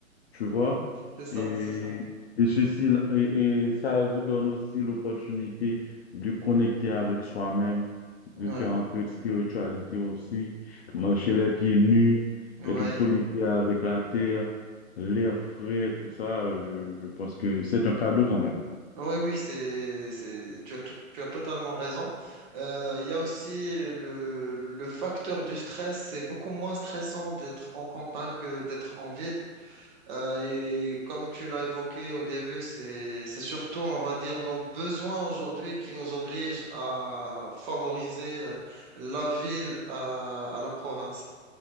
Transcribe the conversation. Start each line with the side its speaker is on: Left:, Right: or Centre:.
Left: tu vois.
Right: c'est ça,
Left: Et,
Right: c'est ça.
Left: et ceci, là- et, et ça vous donne aussi l'opportunité de connecter avec soi-même,
Right: Oui,
Left: de faire un peu de spiritualité aussi, marcher les pieds nus,
Right: oui.
Left: être connecté avec la terre l'air frais, tout ça, euh, je, je pense que c'est un cadeau quand même,
Right: Oui, oui, c'est, c'est, tu as tout- tu as totalement raison. Euh, Il y a aussi le, le facteur du stress. C'est beaucoup moins stressant d'être en campagne que d'être en ville. Euh, et comme tu l'as évoqué au début, c'est, c'est surtout, on va dire, nos besoins aujourd'hui qui nous obligent à favoriser euh, la ville à, à la province.